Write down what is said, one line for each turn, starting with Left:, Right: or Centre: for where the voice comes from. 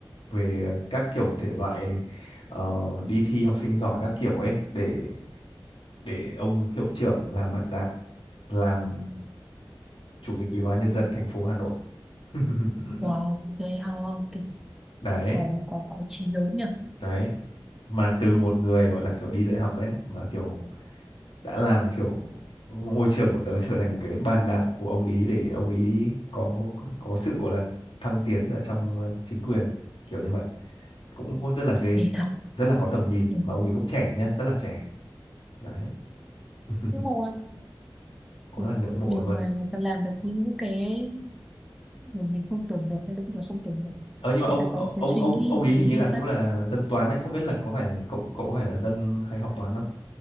Left: về các kiểu thể loại ờ, đi thi học sinh giỏi các kiểu ấy để để ông hiệu trưởng làm bàn đạp làm chủ tịch ủy ban nhân
Centre: ừ.
Left: dân thành phố Hà Nội <laughs>
Centre: wow ghê ha cái
Left: đấy
Centre: có có có chí lớn nhỉ
Left: đấy mà từ một người gọi là kiểu đi dạy học đấy mà kiểu đã làm kiểu ngôi trường của tớ trở thành một cái bàn đạp của ông ý để ông ý có có, có sự gọi là thăng tiến ở trong ờ, chính quyền kiểu như vậy cũng hốt rất là ghê
Centre: ghê thật
Left: rất là có tầm nhìn
Centre: ừ.
Left: mà ông ý cũng trẻ nhá rất là trẻ đấy <laughs>
Centre: Ngưỡng mộ em.
Left: quá
Centre: Ừ.
Left: là ngưỡng mộ
Centre: nhiều
Left: luôn
Centre: người người ta làm được những những cái mà mình không tưởng được hay là không tưởng được
Left: ờ nhưng mà ông
Centre: người ta có
Left: ông
Centre: một cái
Left: ông
Centre: suy
Left: ông
Centre: nghĩ
Left: ông
Centre: một
Left: ý
Centre: cái
Left: hình
Centre: lối
Left: như
Centre: đi
Left: là cũng
Centre: khác
Left: là dân toán đấy không biết là có phải cậu cậu có phải là dân hay học toán không